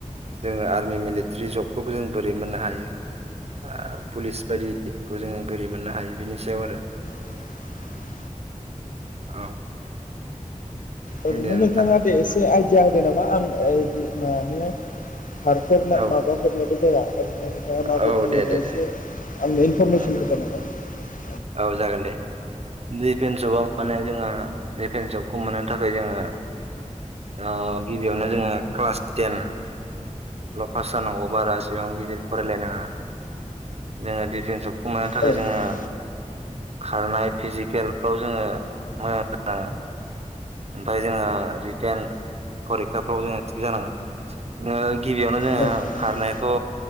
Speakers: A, on the right (about 50°); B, on the left (about 80°).
A: जोङो आर्मि मिलिटारि जबखौबो जों बोरै मोननो हायो? ओ पुलिस बायदिखौ जोङो बोरै मोननो हायो बिनि सायाव आरो।
B: <inaudible>
A: औ।
B: ओरैनो
A: दे
B: नोंथाङा
A: नोंथां
B: दे एसे
A: उम,
B: आइदिया होदो नामा आं ओ माने खारफेरनाय
A: औ
B: माबाफेनायबो जाया। ओरैहाय नोंथाङा माबायदि
A: औ दे
B: मोनो
A: दे
B: एसे
A: दे
B: आंनो इनफरमेसन
A: उम,
B: होदों नामा नोंथां?
A: औ जागोन दिफेन्सबा माने जोंहा डिफेन्स जबखौ मोननो थाखाय जोङो गिबियावनो जोङो क्लास टेन ल' पास जानांगौ बारा एसेबां गिदिर फरायलायनाङा जोङो दिडिफेन्सआव जब मोननो थाखाय
B: औ
A: जोङो
B: नोंथां
A: खारनाय फिजिकेलफ्राव जोङो मोजां ओमफ्राय जोङो रिटेन फरिखाफ्राव जोङो थिग जानांगोन गिबियावनो जोङो
B: औ नोंथां
A: खारनायखौ